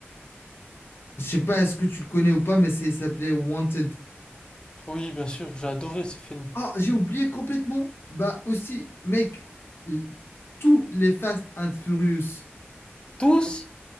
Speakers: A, on the left; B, on the left.
A: Je sais pas, est-ce que tu le connais ou pas, mais c'est, il s'appelait Wanted.
B: Oui, bien sûr, j'ai adoré ce film.
A: Ah, j'ai oublié complètement. Bah aussi, mec, l- tous les Fast and Furious,
B: Tous?